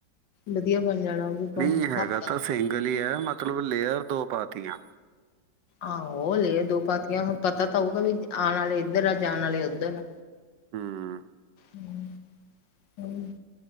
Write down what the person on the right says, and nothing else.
ਨਹੀਂ ਹੈਗਾ
ਤਾਂ ਸਿੰਗਲ ਹੀ ਹੈ ਮਤਲਬ ਲੇਅਰ ਦੋ ਪਾਤੀਆਂ
ਹਮ